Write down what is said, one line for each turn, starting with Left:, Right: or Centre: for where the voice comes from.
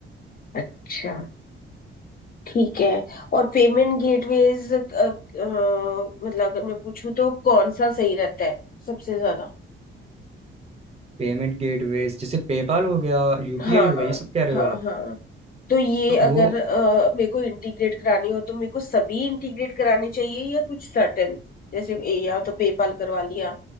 Left: अच्छा ठीक है और पेमेंट गेटवेज मतलब अगर मैं पूछूं तो कौन सा सही रहता है सबसे ज्यादा
Right: पेमेंट गेटवेज जैसे पेपाल हो गया यूपीआई
Left: हाँ
Right: हो गया ये सब कह रहे
Left: हाँ
Right: हो आप
Left: हाँ तो ये
Right: तो
Left: अगर
Right: वो
Left: अ, मेरे को इंटीग्रेट करानी हो तो मेरे को सभी इंटीग्रेट कराने चाहिए या कुछ सर्टेन जैसे ए, या तो पेपाल करवा लिया